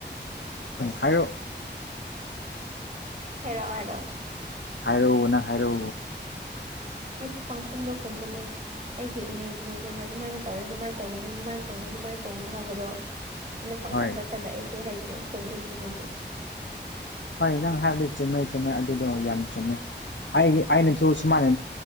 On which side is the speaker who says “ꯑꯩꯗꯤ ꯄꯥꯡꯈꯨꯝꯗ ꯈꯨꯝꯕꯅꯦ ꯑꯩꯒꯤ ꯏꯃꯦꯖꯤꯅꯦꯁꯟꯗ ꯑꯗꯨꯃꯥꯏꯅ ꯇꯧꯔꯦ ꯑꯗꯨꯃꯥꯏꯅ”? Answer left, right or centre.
Right